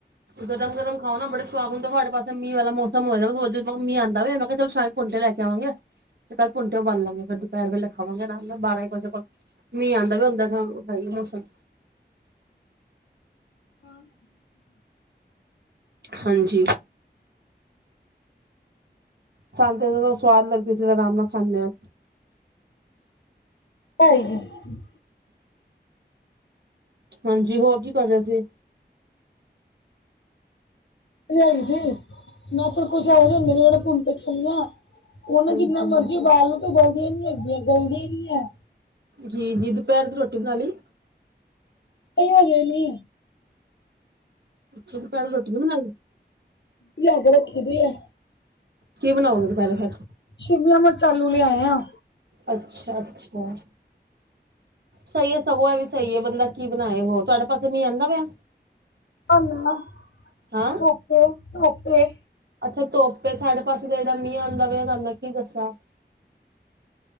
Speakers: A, on the right; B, on the left.
A: ਗਰਮ ਗਰਮ ਖਾਓ ਨਾ ਬੜੇ ਸਵਾਦ ਹੁਣ ਤੇ ਤੁਹਾਡੇ ਪਾਸੇ ਮੀਂਹ ਵਾਲਾ ਮੌਸਮ ਹੋਏ ਦਾ ਨਾ ਮੀਂਹ ਆਂਦਾ ਪਿਆ ਮੈਂ ਕਿਹਾ ਚੱਲ ਸ਼ ਭੁੱਟੇ ਲੈ ਕੇ ਆਵਾਂਗੇ ਤੇ ਕੱਲ ਭੁੱਟੇ ਉਬਾਲਾਂ ਗੇ ਫਿਰ ਦੁਪਹਿਰ ਵੇਲੇ ਖਾਵਾਂਗੇ ਨਾਲ ਬਾਰਾਂ ਇੱਕ ਵਜੇ ਕੋਲ ਮੀਂਹ ਆਉਂਦਾ ਵਾ ਓਦਾ ਖਾਲੀ ਆ ਮੌਸਮ
B: ਹਣ <unintelligible>
A: ਹਾਂਜੀ। ਸਾਨੂੰ ਜਦੋਂ ਸਵਾਦ ਲੱਗਦੀ ਤਾਂ ਆਰਾਮ ਨਾਲ ਖਾਂਦੇ ਹਾਂ।
B: ਭਾਈ ਜੀ <unintelligible>
A: ਹਾਂਜੀ, ਹੋਰ ਕੀ ਕਰ ਰਹੇ ਸੀ।
B: ਲਿਆਈ ਸੀ ਮੈਂ ਫਿਰ ਕੁਛ ਹੈ ਨੀ ਪੁਨਦੇ ਛੱਲੀਆਂ। ਉਹ ਨਾ
A: ਹਾਂਜੀ
B: ਜਿੰਨਾ
A: ਹਾਂਜੀ
B: ਮਰਜ਼ੀ ਉਬਾਲ ਲੋ ਤੇ ਗਲਦੀਆਂ ਨੀ ਹੈਗੀਆਂ ਗਲਦੀਆਂ ਹੀ ਨੀ ਹੈ।
A: ਜੀ, ਜੀ ਦੁਪਹਿਰ ਦੀ ਰੋਟੀ ਬਣਾ ਲਈ।
B: ਨਹੀ ਹਜੇ ਨਹੀ।
A: ਚ ਭੈਨੇ ਰੋਟੀ ਨਹੀਂ ਬਣਾਈ।
B: ਲਿਆ ਕੇ ਰੱਖੀ ਦੀ ਹੈ।
A: ਕੀ ਬਣਾਓਗੇ ਦੁਪਹਿਰੇ ਫੇਰ।
B: ਸ਼ਿਮਲਾ ਮਿਰਚ ਆਲੂ ਲਿਆਏ ਆ।
A: ਅੱਛਾ, ਅੱਛਾ ਸਹੀ ਹੈ। ਸਗੋਂ ਐਵੀ ਸਹੀ ਹੈ ਬੰਦਾ ਕੀ ਬਣਾਏ ਹੋਰ ਤੁਹਾਡੇ ਪਾਸੇ ਮੀਂਹ ਆਦਾ ਪਿਆ।
B: ਨਾ ਨਾ
A: ਹਾਂ
B: ਧੂਪ ੲੈ
A: ਅੱਛਾ ਤੋਪ ੲੈ ਸਾਢੇ ਪਾਸੇ ਤੇ ਇਹਨਾ ਮੀਹ ਆਉਂਦਾ ਪਿਆ ਤੁਹਾਨੂੰ ਕੀ ਦੱਸਾਂ।